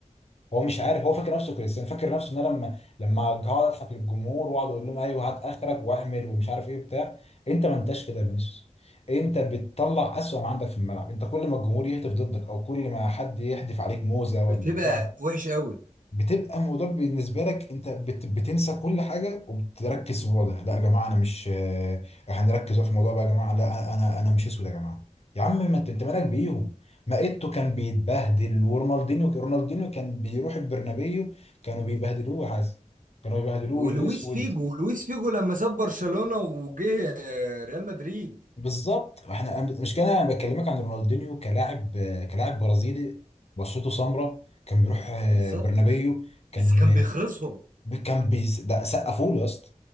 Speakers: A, on the left (about 50°); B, on the right (about 85°).
A: هو مش عارف هو فاكر نفسه كريستيانو فاكر نفسه ان انا لما لما هقعد اضحك للجمهور واقعد اقول لهم ايوه هات اخرك واعمل ومش عارف ايه بتاع انت ما انتش كده يا فينيسيوس انت بتطلع اسوأ ما عندك في الملعب انت كل ما الجمهور يهتف ضدك او كل ما حد يحدف عليك موزه ولا
B: بتبقى
A: يقول
B: وحش قوي
A: بتبقى الموضوع بالنسبه لك انت بت... بتنسى كل حاجه وبتركز في الموضوع ده لا يا جماعه انا مش آه، احنا نركز بقى في الموضوع بقى يا جماعه لا انا انا مش اسود يا جماعه يا عم ما انت انت مالك بيهم ما ايتو كان بيتبهدل ورونالدينيو رونالدينيو كان بيروح البرنابيو كانوا بيبهدلوه يا حازم كانوا بيبهدلوه
B: ولويس
A: الاسود
B: فيجو لويس فيجو لما ساب برشلونة وجه آه، ريال مدريد
A: بالظبط احنا مش كان انا بكلمك عن رونالدينيو كلاعب آه، كلاعب برازيلي بشرته سمراء كان بيروح آه،
B: بالظبط
A: برنابيو كان
B: بس كان بيخلصهم
A: كان بيس... ده سقفوا له يا اسطى